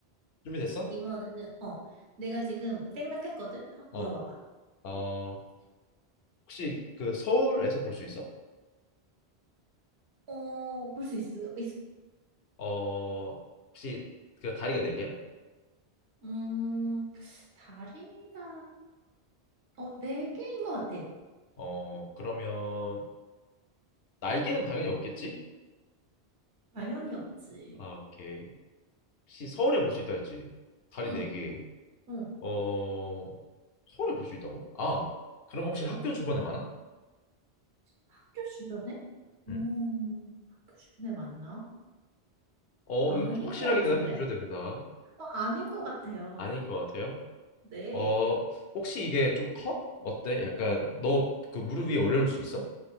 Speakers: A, on the left; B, on the right.
A: 준비됐어?
B: 이번에는, 어, 내가 지금 생각했거든? 어,
A: 어.
B: 물어봐봐.
A: 어, 혹시 그 서울에서 볼 수 있어?
B: 어, 볼 수 있어.
A: 어, 혹시 그 다리가 네 개야?
B: 음, 다리가, 어, 네 개인 것 같아.
A: 어, 그러면 날개는 당연히 없겠지?
B: 당연히 없지.
A: 아, 오케이. 혹시 서울에 볼 수 있다 했지? 다리
B: 응,
A: 네 개.
B: 응,
A: 어, 서울에 볼 수 있다고? 아, 그럼 혹시
B: 응.
A: 학교 주변에 많아?
B: 학교 주변에?
A: 응.
B: 음, 학교 주변에 맞나?
A: 어,
B: 아닌
A: 이거 확실하게
B: 것 같은데?
A: 대답해 주셔야 됩니다.
B: 어, 아닌 것 같아요.
A: 아닌 것 같아요.
B: 네.
A: 어, 혹시 이게 좀 커? 어때? 약간 너 그 무릎 위에 올려놓을 수 있어?